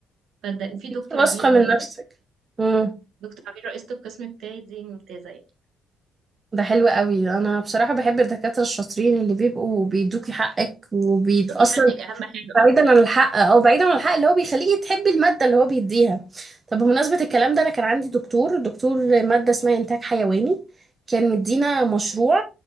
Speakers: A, on the right; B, on the right.
A: فده وفي دكتور
B: أنت واثقة
A: عبير برضو
B: من نفسك امم
A: دكتور عبير رئيسه القسم بتاعي دي ممتازه يعني
B: ده حلو قوي أنا بصراحة بحب الدكاترة الشاطرين اللي بيبقوا بيدوكي حقك وبي
A: بتدوكي
B: أصلا
A: حقك اهم حاجه
B: بعيدا
A: آه،
B: عن الحق اه بعيدا عن الحق اللي هو بيخليكي تحبي المادة اللي هو بيديها طب بمناسبة الكلام ده انا كان عندي دكتور دكتور مادة اسمها انتاج حيواني كان مدينا مشروع